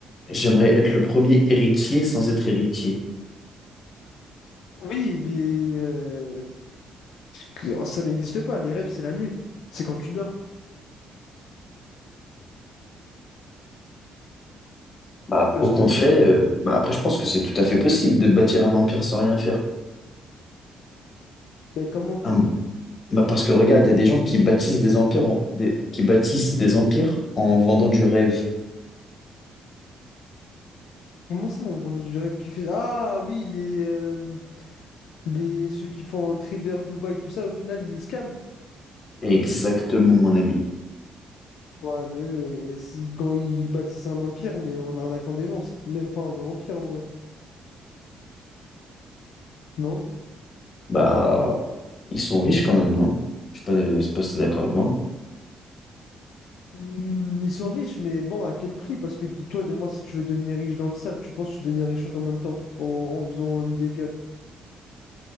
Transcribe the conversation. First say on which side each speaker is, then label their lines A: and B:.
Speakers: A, on the left (about 45°); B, on the left (about 80°).
A: j'aimerais être le premier héritier sans être héritier.
B: Oui, mais euh, que- ça n'existe pas. Les rêves, c'est la nuit. C'est quand tu dors.
A: Bah,
B: Tu vois
A: au
B: ce
A: compte
B: que je veux dire?
A: fait, euh, bah, après, je pense que c'est tout à fait possible de bâtir un empire sans rien faire.
B: Mais comment?
A: Un- bah, parce que regarde, il y a des gens qui bâtissent des empires en, des- qui bâtissent des empires en vendant du rêve.
B: Comment ça, on vend du rêve qui fait... Ah oui, les, euh, les, ceux qui font un trader Dubaï, tout ça, au final, ils scamment.
A: Exactement, mon ami.
B: Ouais, mais eux, et c'est- quand ils bâtissent un empire, mais en arnaquant des gens, c'est même pas un vrai empire en vrai. Non?
A: Bah, ils sont riches quand même, non? Je sais pas, je sais pas si t'es d'accord avec moi.
B: Hmm, Ils sont riches, mais bon, à quel prix? Parce que de- toi, demain, si tu veux devenir riche dans le sale, tu penses que tu deviens riche en combien de temps? En, en faisant l'illégal?